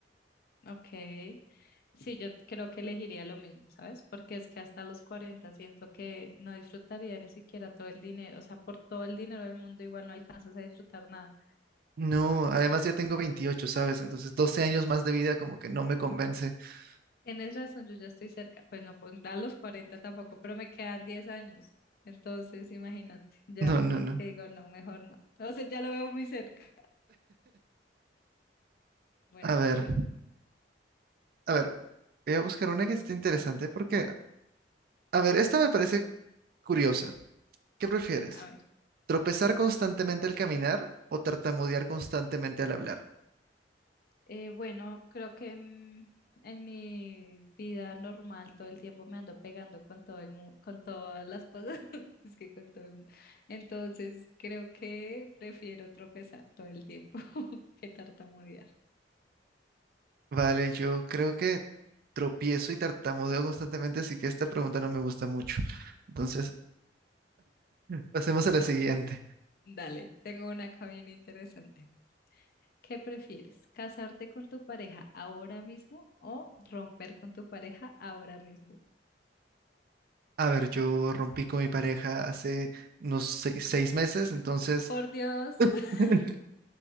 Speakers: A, on the left; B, on the right.
A: Ok. Sí, yo creo que elegiría lo mismo, ¿sabes? Porque es que hasta los 40 siento que no disfrutaría ni siquiera todo el dinero. O sea, por todo el dinero del mundo igual no alcanzas a disfrutar nada.
B: no, además ya tengo 28, ¿sabes? Entonces, 12 años más de vida como que no me convence. <laughs>
A: Tienes razón, yo ya estoy cerca. Pues no, pues da los 40 tampoco, pero me quedan 10 años. Entonces, imagínate, ya
B: No,
A: como
B: no, no.
A: que digo, no, mejor no. O sea, ya lo veo muy cerca. Bueno,
B: A ver,
A: dale.
B: a ver, voy a buscar una que esté interesante porque, a ver, esta me parece curiosa. ¿Qué prefieres?
A: A ver.
B: Tropezar constantemente al caminar o tartamudear constantemente al hablar.
A: Eh, bueno, creo que mm, en mi vida normal todo el tiempo me ando pegando con todo el mu- con todas las cosas, <laughs> es que con todo el mundo. Entonces, creo que prefiero tropezar todo el tiempo <laughs> que tartamudear.
B: Vale, yo creo que tropiezo y tartamudeo constantemente, así que esta pregunta no me gusta mucho. Entonces, pasemos a la siguiente.
A: Dale, tengo una acá bien interesante. ¿Qué prefieres? ¿Casarte con tu pareja ahora mismo o romper con tu pareja ahora mismo?
B: A ver, yo rompí con mi pareja hace unos sei- seis meses, entonces,
A: Por Dios, <laughs>
B: <laughs>